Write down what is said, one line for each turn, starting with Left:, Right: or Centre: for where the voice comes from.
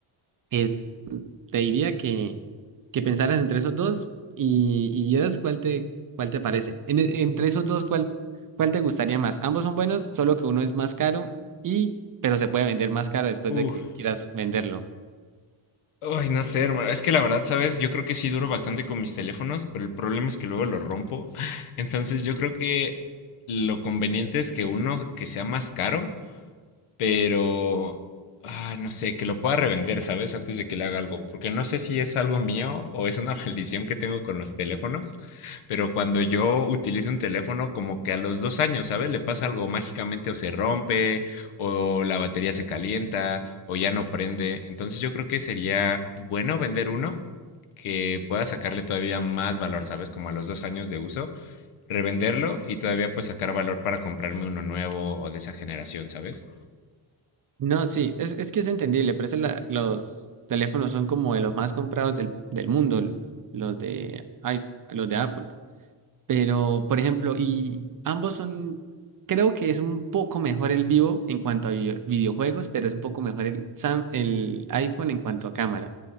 Right: es, te diría que, que pensaras entre esos dos y, y vieras cuál te, cuál te parece. En- entre esos dos, ¿cuál, cuál te gustaría más? Ambos son buenos, solo que uno es más caro y, pero se puede vender más caro después
Left: Uf,
Right: de que quieras venderlo.
Left: Ay, no sé, hermano. Es que la verdad, ¿sabes? Yo creo que sí duro bastante con mis teléfonos, pero el problema es que luego los rompo. <laughs> Entonces yo creo que lo conveniente es que uno que sea más caro pero ah, no sé, que lo pueda revender, ¿sabes? Antes de que le haga algo, porque no sé si es algo mío o es una <laughs> maldición que tengo con los teléfonos, pero cuando yo utilizo un teléfono, como que a los dos años, ¿sabes? Le pasa algo mágicamente o se rompe, o la batería se calienta, o ya no prende. Entonces yo creo que sería bueno vender uno que pueda sacarle todavía más valor, ¿sabes? Como a los dos años de uso, revenderlo y todavía pues sacar valor para comprarme uno nuevo o de esa generación, ¿sabes?
Right: No, sí, es, es que es entendible, por eso la- los teléfonos son como de los más comprados del, del mundo, l- los de, ay, los de Apple. Pero, por ejemplo, y ambos son, creo que es un poco mejor el vivo en cuanto a video- videojuegos, pero es un poco mejor el, Sam- el iPhone en cuanto a cámara.